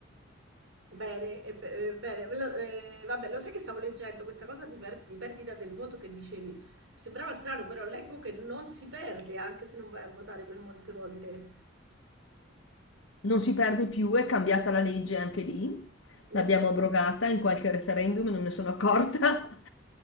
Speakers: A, on the right (about 70°); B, on the left (about 70°).
A: bene, eh, be- eh, bene. Lo- eh, vabbè, lo sai che stavo leggendo questa cosa di, per- di perdita del voto che dicevi. Sembrava strano, però leggo che non si perde anche se non vai a votare per molte volte.
B: Non si perde più, è cambiata la legge anche lì.
A: Mm?
B: L'abbiamo abrogata in qualche referendum e non ne sono accorta. <laughs>